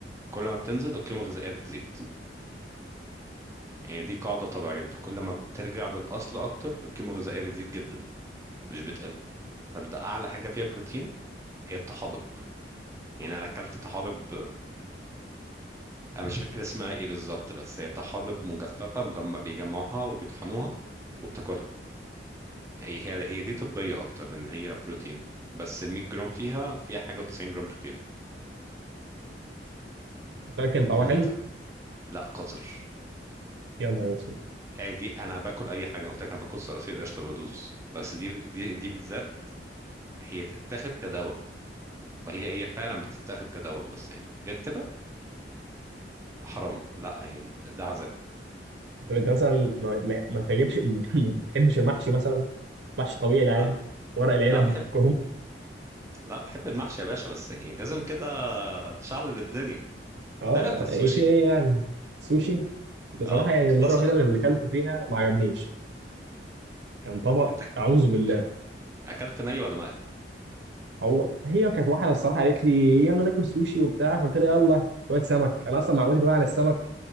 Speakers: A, on the right; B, on the right.
A: كل ما بتنزل القيمة الغذائية بتزيد يعني دي قاعدة طبيعية انت كل ما بترجع للأصل أكتر القيمة الغذائية بتزيد جدا مش بتقل فانت أعلى حاجة فيها بروتين هي الطحالب يعني أنا أكلت طحالب انا مش فاكر اسمها ايه بالظبط بس هي طحالب مجففه مجم... بيجمعوها وبيطحنوها وبتاكلها هي هي هي دي طبيه اكتر من هي بروتين بس ال 100 جرام فيها فيها حاجه و90 جرام بروتين
B: متأكد كان طعمها
A: مميته
B: حلو
A: لا قذر
B: يا نهار اسود
A: آه دي انا باكل اي حاجه انا قلت لك انا باكل صراصير قشطه بدوس بس دي دي دي بالذات هي تتاخد كدواء وهي هي فعلا بتتاخد كدواء بس يعني غير كده حرام لا يعني ده ده عذاب
B: طب انت مثلا ما, ما ما تجيبش <laughs> ما بتحبش المحشي مثلا محشي طبيعي العادي
A: لا
B: ورق العنب
A: لا بحب
B: الكرنب
A: لا بحب المحشي يا باشا بس يعني لازم كده تشعل الدنيا
B: اه
A: ده رايك في السوشي
B: ايه في ايه يعني سوشي بصراحه
A: اه
B: يعني
A: بس
B: المره
A: ده صراحة
B: الوحيده اللي اكلته فيها ما عجبنيش كان طبق
A: انت
B: اعوذ بالله
A: أك- اكلت ني ولا مقلي
B: هو هي كانت واحده الصراحه قالت لي يلا ناكل سوشي وبتاع فقلت لها يلا شويه سمك انا اصلا معلوماتي كلها عن السمك